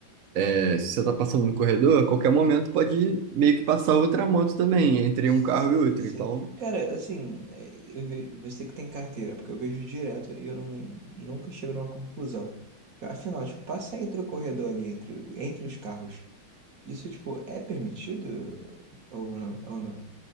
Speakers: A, on the right; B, on the right.
A: é, se você está passando no corredor, a qualquer momento pode meio que passar outra moto também, entre
B: Sim,
A: um carro e outro.
B: sim.
A: Então,
B: Cara, assim, é, eu ve- você que tem carteira, porque eu vejo direto e eu não, nunca chego numa conclusão. Afinal, tipo, passar entre o corredor ali, entre, entre os carros, isso, tipo, é permitido ou não? Ou não?